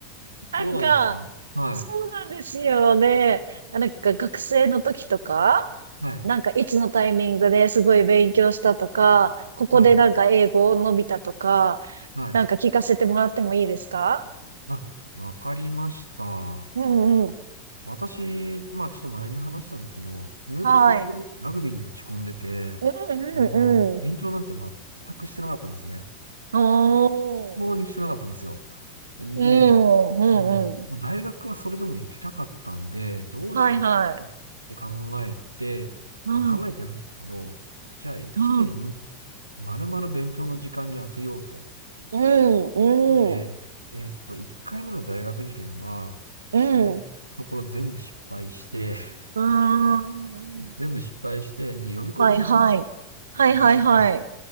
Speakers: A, on the right; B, on the right.
A: なんか、
B: どうなんですかはい、
A: そうなんですよね。なんか学生の時とか、
B: はい、
A: なんかいつのタイミングですごい勉強したとか、ここでなんか英語を伸びたとか、
B: はい、はい。
A: なんか聞かせてもらってもいいですか
B: あ、わかりました。
A: うんうん。
B: 私、まあちょっと前に話したんですけど、ずっと高校でラグビーに打ち込んでて、
A: はい。うんうんうん。
B: あの、勉強なんて全くしてなかったんですね。
A: お
B: 当にしてなかったんですよ。
A: ー。
B: で、
A: うんうんうん。
B: あの、大学はそれでも行きたかったんで、どうしようかって考えて、
A: はいはい。うん
B: まあ考えてないんですけど、じゃあ1年、
A: うん
B: 丸々勉強の時間に当てようと。
A: うんうん
B: ことで、えーっと、1回目の大学受験は、
A: うん。
B: 行きたいところ全部失敗して、
A: うん。
B: <laughs> 全部失敗して、で、予備校に入りました。
A: はいはい。はいはいはい。
B: 予備校に